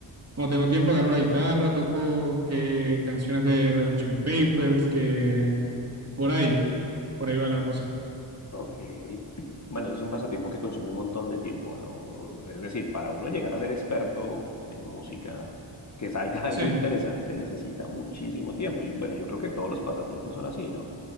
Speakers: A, on the right; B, on the left.
A: Cuando tengo tiempo agarro la guitarra, toco que canciones de Red Hot Chili Papers, que por ahí, por ahí va la cosa.
B: Ok. Bueno, eso es un pasatiempo que consume un montón de tiempo, ¿no? Es decir, para uno llegar a ser experto en música, que salga <laughs> algo
A: Sí.
B: interesante, necesita muchísimo tiempo. Y bueno, yo creo que todos los pasatiempos son así, ¿no?